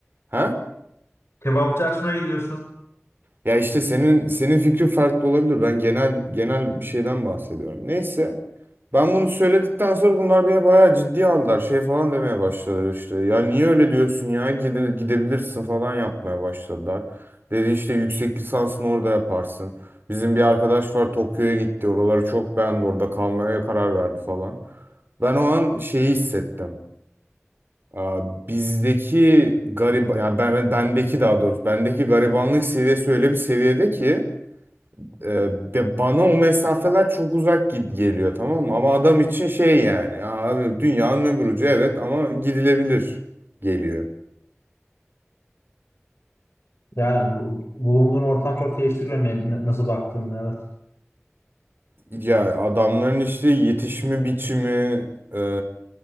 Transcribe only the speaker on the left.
Kebapçı açmaya gidiyorsun.
Yani bu, bulunduğun ortam çok değiştiriyor ne, ne- nasıl baktığını evet.